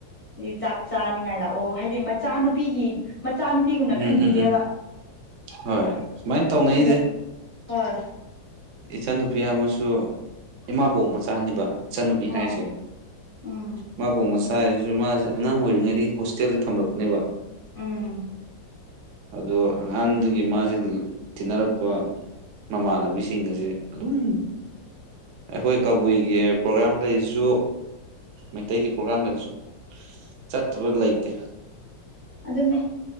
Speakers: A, on the left; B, on the right.
A: ꯗꯤ ꯆꯥꯛ ꯆꯥꯅꯤꯡꯉꯥꯏ ꯂꯥꯛꯑꯣ ꯍꯥꯏꯗꯤ ꯃꯆꯥꯅꯨꯄꯤꯒꯤ ꯃꯆꯥꯅꯨꯄꯤꯒꯨꯝꯅ
B: ꯎꯝ
A: ꯈꯟꯕꯤꯌꯦꯕ
B: ꯎꯝ ꯎꯝ ꯍꯣꯏ ꯁꯨꯃꯥꯏꯅ ꯇꯧꯅꯩꯗ
A: ꯂꯨꯅ ꯍꯣꯏ꯫
B: ꯏꯆꯥꯟꯅꯨꯄꯤ ꯑꯃꯁꯨ ꯏꯃꯥꯕꯣꯛ ꯃꯆꯥꯥꯅꯦꯕ ꯏꯆꯟꯅꯨꯄꯤ
A: ꯑ
B: ꯍꯥꯏꯁꯦ
A: ꯎꯝ
B: ꯃꯥꯕꯨ ꯃꯆꯥ ꯍꯥꯏꯁꯤꯁꯨ ꯃꯥꯁꯦ ꯑꯉꯥꯡ ꯑꯣꯏꯔꯤꯉꯩꯗꯒꯤ ꯍꯣꯁꯇꯦꯜꯗ ꯊꯝꯂꯛꯄꯅꯦꯕ
A: ꯎꯝ
B: ꯑꯗꯨ ꯑꯉꯥꯡꯗꯨꯒꯤ ꯃꯥꯁꯦ ꯇꯤꯟꯅꯔꯛꯄ ꯃꯃꯥꯟꯅꯕꯤꯁꯤꯡꯒꯁꯦ ꯑꯗꯨꯝ ꯑꯩꯈꯣꯏ ꯀꯕꯨꯏꯒꯤ ꯄ꯭ꯔꯣꯒ꯭ꯔꯥꯝ ꯂꯩꯔꯖꯨ ꯃꯩꯇꯩꯒꯤ ꯄ꯭ꯔꯣꯒ꯭ꯔꯥꯝ ꯂꯩꯔꯁꯨ ꯆꯠꯇꯕ ꯂꯩꯇꯦ
A: ꯑꯗꯨꯅꯤ